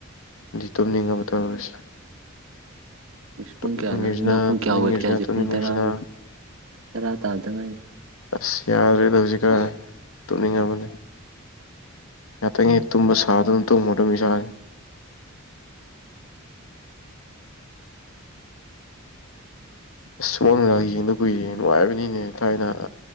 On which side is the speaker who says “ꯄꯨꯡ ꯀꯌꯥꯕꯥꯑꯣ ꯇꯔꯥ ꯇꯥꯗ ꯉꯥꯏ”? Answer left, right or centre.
Right